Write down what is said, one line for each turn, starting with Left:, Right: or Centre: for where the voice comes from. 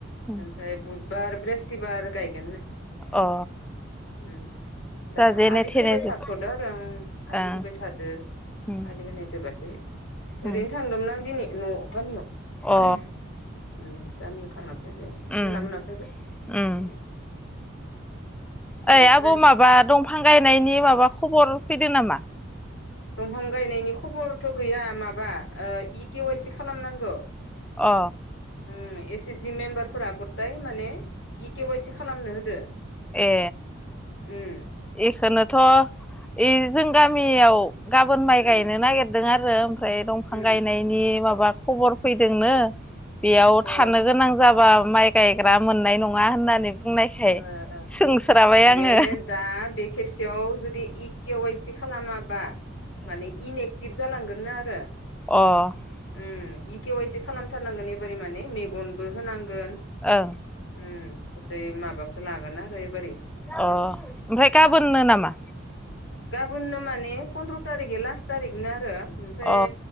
Centre: उम
Left: ओमफ्राय बुध बार बृहस्पतिबार गायगोन नो
Centre: अ
Left: उम दा
Centre: जाजेनो
Left: आलि
Centre: थेनो
Left: खोबाय
Centre: जोब्बाय
Left: थाथ'दो आरो उम आलि
Centre: ओं
Left: होबाय थादो
Centre: उम
Left: आलि होनाय जोबाखै
Centre: उम
Left: ओरैनो थांदोंमोन आं दिनै न' गामियाव
Centre: अ
Left: उम गामियाव थांना फैबाय
Centre: उम
Left: मोना मोना फैबाय
Centre: उम
Left: अ
Centre: ओइ
Left: बेनिफ्राय
Centre: आब' माबा दंफ फां गायनायनि माबा खबर फैदों नामा?
Left: दंफां गायनायनि खबरथ' गैया माबा ओ इ के वाइ सि खालामनांगो
Centre: अ
Left: उम एस सि जि मेम्बारफोरा गताय माने इकेवाइसि खालामनो होदो
Centre: ए
Left: उम
Centre: इखोनोथ' इ जों गामियाव गाबोन माइ
Left: उम
Centre: गायनो नागिरदों आरो ओमफ्राय दंफां
Left: उम
Centre: गायनायनि माबा खबर फैदोंनो बेयाव
Left: अ ओ
Centre: थानो गोनां जाबा माइ गायग्रा मोननाय नङा होननानै बुंनायखाय
Left: ओ ओ
Centre: सोंस्राबाय
Left: माने
Centre: आङो
Left: दा बेख खेबसेयाव जुदि इकेेवाइसि खालामाबा माने इनएक्टिभ जालांगोन नो आरो
Centre: ओ अ
Left: उम इकेवाइसि खालामथारनांगोन एबारे माने मेगनबो होनांगोन।
Centre: ओ
Left: उम गतै माबाखो लागोन आरो एबारै
Centre: अ ओमफाय
Left: उम
Centre: गाबोननो नामा?
Left: गाबोननो माने पन्द्र' थारिगै लास्ट थारिखनो आरो ओमफ्राय
Centre: अ